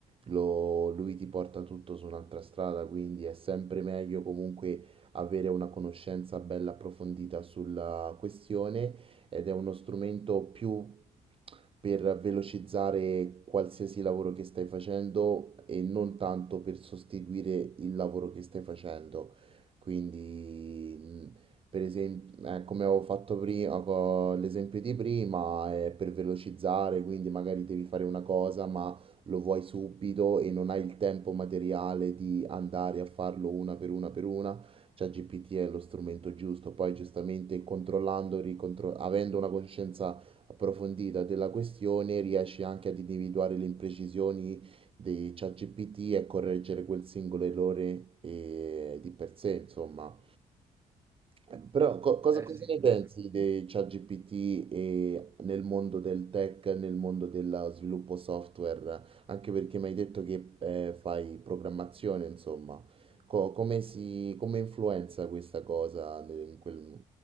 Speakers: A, on the right (about 35°); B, on the right (about 20°).
A: lo- lui ti porta tutto su un'altra strada, quindi è sempre meglio comunque avere una conoscenza bella approfondita sulla questione ed è uno strumento più per velocizzare qualsiasi lavoro che stai facendo e non tanto per sostituire il lavoro che stai facendo. Quindi, mh, per esempio, eh, come avevo fatto prima, co- l'esempio di prima è per velocizzare, quindi magari devi fare una cosa, ma lo vuoi subito e non hai il tempo materiale di andare a farlo una per una per una. ChatGPT è lo strumento giusto. Poi, giustamente, controllando, ricontro- avendo una conoscenza approfondita della questione, riesci anche ad individuare le imprecisioni di ChatGPT e correggere quel singolo errore eh, di per sé, insomma. Eh, Però co- cosa,
B: Eh
A: cosa
B: sì,
A: ne pensi
B: questo è importante.
A: di ChatGPT e nel mondo del tech, nel mondo dello sviluppo software? Anche perché mi hai detto che eh, fai programmazione, insomma. Co- come si, come influenza questa cosa nel, in quel-